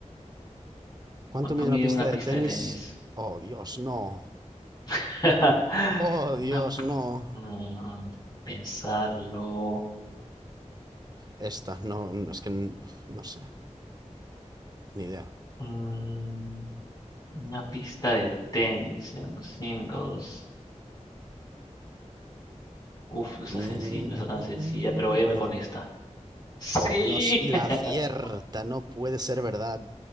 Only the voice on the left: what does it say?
¿Cuánto
mide
una pista
de tenis?
<laughs>
Una.
mm, pensarlo.
Mm, Una pista de tenis en un singles. Uf, no está
sencilla, no está tan
sencilla,
pero voy a irme
con
esta. Sí,
<laughs>